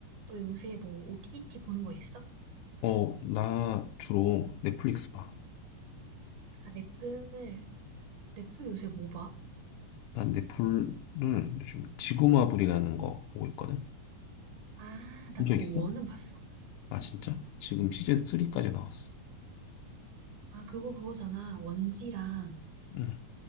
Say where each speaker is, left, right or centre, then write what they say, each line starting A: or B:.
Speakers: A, on the right; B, on the left.
A: 너 요새 뭐 OTT 보는 거 있어?
B: 어, 나 주로 넷플릭스 봐.
A: 아, 넷플. 넷플 요새 뭐 봐?
B: 난 넷플을 요즘 지구마블이라는 거 보고 있거든?
A: 아, 나
B: 본
A: 그거
B: 적 있어?
A: 원은 봤어.
B: 아, 진짜? 지금 시즌 3까지 나왔어.
A: 아, 그거 그거잖아. 원지랑
B: 응,